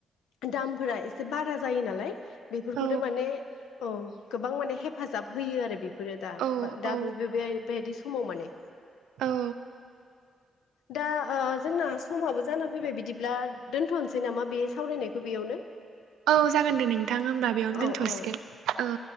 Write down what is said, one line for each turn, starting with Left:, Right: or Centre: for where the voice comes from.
Left: दामफोरा एसे बारा जायो नालाय बेफोरखौनो
Right: औ
Left: माने, औ गोबां माने हेफाजाब होयो आरो बेफोरो दा
Right: औ औ
Left: दा बे बिदि समाव माने।
Right: औ
Left: दा ओ जोंना समाबो जाना फैबाय बिदिब्ला दोनथ' सै नामा बे सावरायनायखौ बेयावनो।
Right: औ जागोन दे नोंथां होमबा बेयावनो
Left: औ
Right: दोनथ'
Left: औ
Right: सिगोन औ।